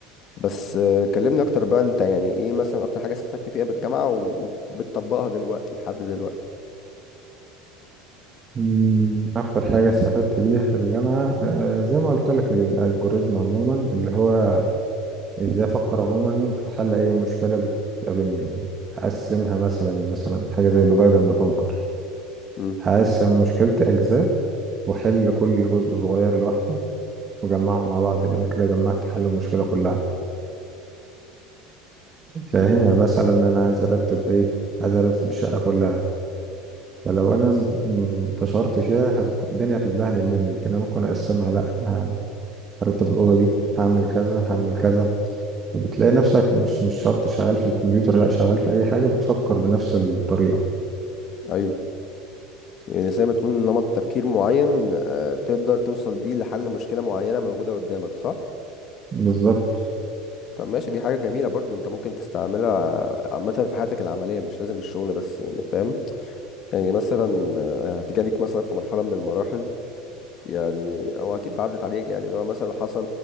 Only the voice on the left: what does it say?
بس آه، كلمني اكتر بقى انت يعني ايه مثلا اكتر حاجة استفدت فيها بالجامعة وبتطبقها دلوقتي لحد دلوقتي
امم
ايوه يعني زي ما تقول نمط تفكير معين آه، تقدر توصل بيه لحل مشكلة معينة موجودة قدامك صح؟
طب ماشي دي حاجة جميلة برضو انت ممكن تستعملها عامة في حياتك العملية مش لازم الشغل بس يعني فاهم يعني مثلا آه، هتيجي ليك مثلا في مرحلة من المراحل يعني او اكيد عدت عليك يعني لو مثلا حصل